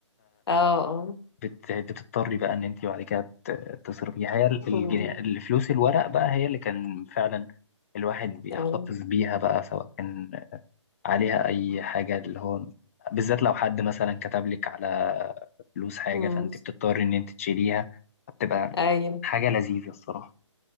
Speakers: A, on the left (about 55°); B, on the left (about 30°).
A: اه اه
B: بت... بتضطري بقى ان انت بعد كده ت- تصرفيها هي ال- الجنيه
A: أمم،
B: الفلوس الورق بقى هي اللي كان فعلا الواحد بيحتفظ
A: آه،
B: بيها بقى سواء كان عليها اي حاجه اللي هو بالذات لو حد مثلا كتب لك على فلوس حاجه
A: أمم،
B: فانت بتضطري ان انت تشيليها بتبقى
A: ايوه
B: حاجه لذيذه الصراحه